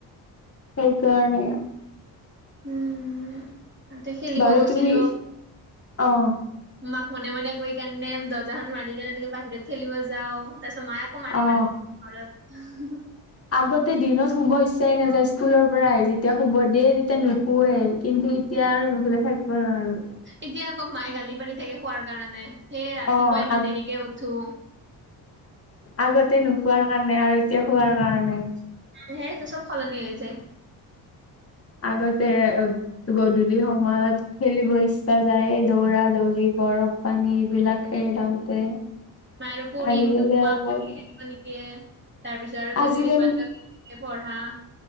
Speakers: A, on the left; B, on the right.
A: সেইকাৰণে
B: উম তাতে খেলিব
A: বাৰু
B: গৈছিলো
A: তুমি অ
B: মাক মনে মনে কৰি কেনে দৰ্জাখন মাৰি কেনে এনেকে বাহিৰত খেলিব যাওঁ তাৰপাছত মায়ে ক মাৰি
A: অ
B: মাৰি ঘৰত
A: আগতে দিনত শুব ইচ্ছাই নেযায় স্কুলৰ পৰা আহি যেতিয়া শুব দিয়ে। তে তিয়া নোশুৱে কিন্তু এতিয়া আৰু নোশুলে থাকিব নোৱাৰোঁ।
B: এতিয়া আকৌ মায়ে গালি পাৰি থাকে শুৱাৰ কাৰণে সেয়ে ৰাতিপুৱা
A: অ
B: ইমান
A: আগ
B: দেৰিকে উঠো
A: আগতে নোখোৱাৰ কাৰণে আৰু এতিয়া খোৱাৰ কাৰণে
B: সে তো চব সলনি হৈ যায়।
A: আগতে গধূলি সময়ত খেলিব ইচ্ছা যায় দৌৰা দৌৰি বৰফ পানী এইবিলাক খেলি থাকোতে
B: মই আৰু পৰিম
A: আজিকালি
B: দুখ পাম
A: আৰু
B: সেইবোলি
A: ক'ত
B: খেলিব নিদিয়ে তাৰ পিছত আৰু গধূলি
A: আজিকালি
B: পা পঢ়া